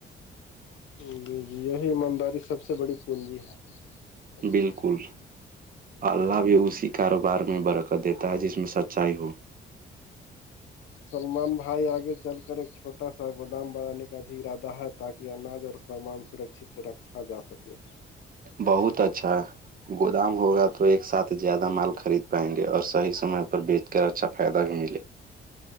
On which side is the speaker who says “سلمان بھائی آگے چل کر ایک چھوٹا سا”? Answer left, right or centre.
Left